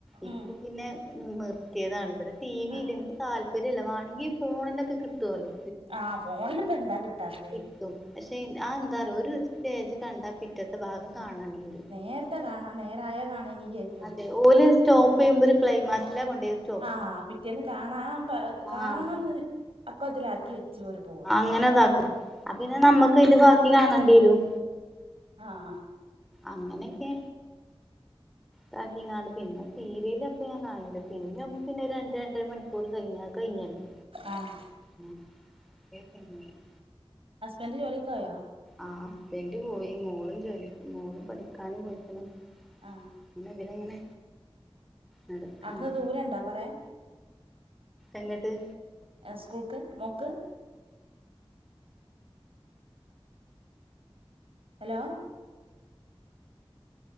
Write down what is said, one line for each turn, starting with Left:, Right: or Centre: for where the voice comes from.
Centre: ഇപ്പൊ
Right: ഉം
Centre: പിന്നെ, മ്മ് നിർത്തിയതാണ് ഇവിടെ ടി വിയില്ല
Right: ആഹ്
Centre: ഇൻക്ക് താല്പര്യല്ല വാണങ്കി ഫോണിലൊക്കെ കിട്ടോല്ലോ.
Right: ആഹ് ഫോണില്പ്പ എന്താ കിട്ടാത്തെ,
Centre: കിട്ടും പക്ഷെ ആഹ് എന്താറിയോ ഒരു സ്റ്റേജ് കണ്ടാ പിറ്റത്തെ ഭാഗം കാണണ്ടിവരും.
Right: നേര്ത്തെ കാണ ആഹ് നേരായേ കാണയ്ന് വിചാരിക്കും
Centre: അതെ ഓല് സ്റ്റോപ്പ് യ്യുമ്പൊ ഒരു ക്ലൈമാക്സ്ല്ല കൊണ്ടേയ് നിർത്തേ.
Right: ആഹ് പിറ്റേന്ന് കാണാൻ പ കാണണംന്ന്
Centre: ആഹ്
Right: അക്കോൽത്തിലാക്കി വെച്ച് ഓല് പോവാ.
Centre: ങ്ങനെ ഇതാക്കും. അപ്പ പിന്നെ നമ്മക്ക് ഇതിന്റെ ബാക്കി കാണണ്ടിരും.
Right: ആഹ്.
Centre: അങ്ങനെ ഒക്കെ. താക്കിങ്ങാണ്ട് പിന്നെ സീരിയലൊക്കെ ഞാൻ കാണല്ണ്ട്. സിനിമ നമ്മുക്ക് പിന്നെ രണ്ട് രണ്ടര മണിക്കൂർ കഴിഞ്ഞാൽ. കഴ്ഞ്ഞല്ലോ.
Right: ആഹ്
Centre: ഉം. ബേം കഴിഞ്ഞോളും.
Right: ഹസ്ബൻഡ് ജോലിക്കോയോ?
Centre: ആഹ് ഹസ്ബൻഡ് പോയി. മോളും ജോലി മോളും പഠിക്കാനും പോയിക്ക്ണു.
Right: ആഹ്.
Centre: പിന്നെ ഇതിലങ്ങനെ. നടക്കാണ്
Right: അവിടുന്ന് ദൂരണ്ടോ കൊറേ.
Centre: എങ്ങട്ട്?
Right: ഏഹ് സ്കൂൾക്ക് മോക്ക്. ഹലോ.